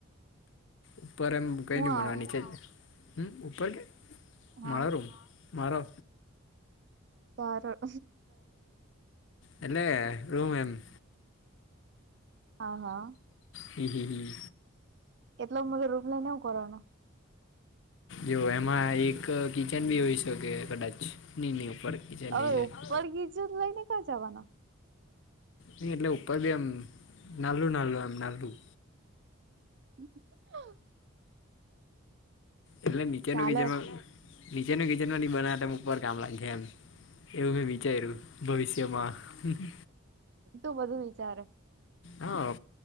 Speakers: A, on the left; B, on the right.
A: ઉપર એમ કઈ
B: હું
A: નહી બનવા
B: આવ
A: નીચે હમ ઉપર કે
B: હા
A: મ રમ મારો.
B: તાર તાર
A: એલે રૂમ એમ.
B: હા હા.
A: હમ હમ હમ.
B: એટલો મ રૂમ લને નવું કરવાનો.
A: જો એમાં એક કિચન બી હોઈ શકે કદાચ. નિનીની ઉપર ની
B: ઓ
A: જોઈ
B: ઉપર ગીજું લઈ ને ક્યાં જવાનું?
A: નહી એટલે ઉપર બી એમ ના નાલલું એમ નાલું.
B: <inaudible>
A: એટલે નીચેનું
B: ચાલે
A: કિચન માં નીચેનું કિચન માં નહી બનાવ ત ઉપર કામ લાગે છે એમ. એવું મેં વિચાર્યું ભવિષ્યમાં.
B: તું બધું વિચારે.
A: હા